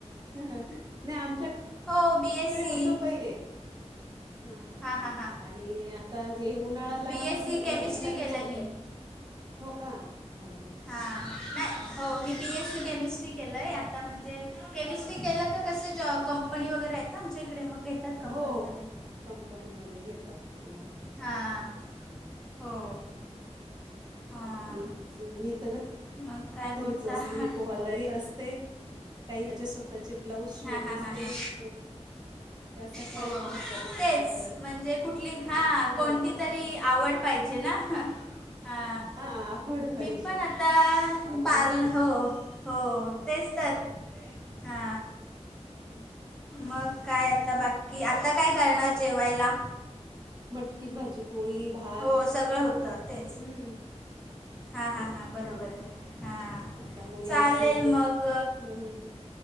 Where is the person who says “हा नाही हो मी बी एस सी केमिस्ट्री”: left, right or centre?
Centre